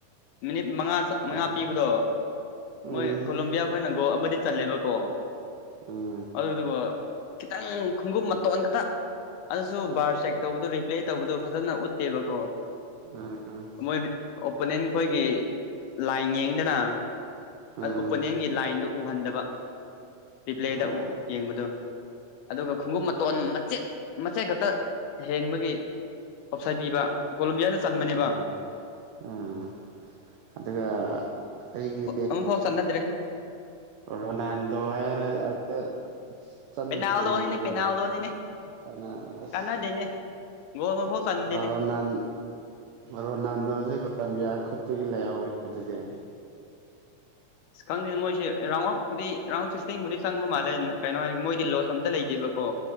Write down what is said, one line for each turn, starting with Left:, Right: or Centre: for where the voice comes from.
Left: ꯃꯤꯅꯤꯠ ꯃꯉꯥ
Right: ꯑꯥ
Left: ꯃꯉꯥ ꯄꯤꯕꯗꯣ
Right: ꯎꯝ
Left: ꯃꯣꯏ ꯀꯣꯂꯣꯕꯤꯌꯥ ꯈꯣꯏꯅ ꯒꯣꯜ ꯑꯃꯗꯤ ꯆꯜꯂꯦꯕꯀꯣ
Right: ꯎꯝ
Left: ꯑꯗꯨꯗꯨꯒ ꯈꯤꯇꯪ ꯈꯣꯡꯒꯨꯞ ꯃꯇꯣꯟ ꯈꯛꯇ ꯑꯗꯨꯁꯨ ꯕꯥꯔ ꯆꯦꯛ ꯇꯧꯕꯗꯨ ꯔꯤꯄ꯭ꯂꯦ ꯇꯧꯕꯗꯨ ꯐꯖꯅ ꯎꯠꯇꯦꯕꯀꯣ
Right: ꯎꯝ
Left: ꯃꯣꯏ ꯑꯣꯄꯣꯅꯦꯟ ꯈꯣꯏꯒꯤ ꯂꯥꯏꯟ ꯌꯦꯡꯗꯅ
Right: ꯎꯝ
Left: ꯑ ꯑꯣꯄꯣꯅꯦꯟꯒꯤ ꯂꯥꯏꯟꯗꯨ ꯎꯍꯟꯗꯕ ꯔꯤꯄ꯭ꯂꯦꯗ
Right: ꯎꯝ
Left: ꯌꯦꯡꯕꯗꯣ ꯑꯗꯨꯒ ꯈꯣꯡꯎꯞ ꯃꯇꯣꯟ ꯃꯆꯦꯠ ꯃꯆꯦꯠ ꯈꯛꯇ ꯍꯦꯟꯕꯒꯤ ꯑꯣꯞꯁꯥꯏ ꯄꯤꯕ ꯀꯣꯂꯣꯕꯤꯌꯥꯅ ꯆꯟꯕꯅꯦꯕ
Right: ꯎꯝ ꯎꯝ ꯑꯗꯨꯒ ꯑꯩꯒꯤ
Left: ꯑꯃ ꯐꯥꯎ ꯆꯟꯅꯗ꯭ꯔꯦ
Right: ꯔꯣꯅꯥꯟꯗꯣ ꯍꯥꯏꯔ ꯑꯗꯨ ꯆꯟꯗꯦꯅꯦ
Left: ꯄꯦꯅꯥꯜꯗꯣꯅꯤꯅꯦ
Right: ꯑꯗꯨꯗꯤ
Left: ꯄꯦꯅꯥꯜꯗꯣꯅꯤꯅꯦ
Right: ꯀꯅꯥ ꯑꯁ
Left: ꯀꯥꯟꯅꯗꯦꯅꯦ ꯒꯣꯜ ꯑꯃꯐꯥꯎ ꯆꯟꯗꯦꯅꯦ
Right: ꯔꯣꯅꯥꯟ ꯔꯣꯅꯥꯟꯗꯣꯁꯦ ꯀꯣꯂꯣꯝꯕꯤꯌꯥ ꯈꯨꯨꯠ ꯇꯒꯤ ꯂꯩꯍꯧꯔꯦ ꯑꯗꯨꯗꯤ
Left: ꯑꯁ ꯈꯪꯗꯦꯅ ꯃꯣꯏꯁꯦ ꯔꯥꯎꯟ ꯑꯐꯄꯨꯗꯤ ꯔꯥꯎꯟ ꯁꯤꯛꯁꯇꯤꯟꯕꯨꯗꯤ ꯆꯪꯕ ꯃꯥꯜꯂꯦ ꯀꯩꯅꯣ ꯍꯥꯏꯔꯒꯦ ꯃꯣꯏꯗꯤ ꯂꯣꯁ ꯑꯝꯇ ꯂꯩꯇꯦꯕ ꯀꯣ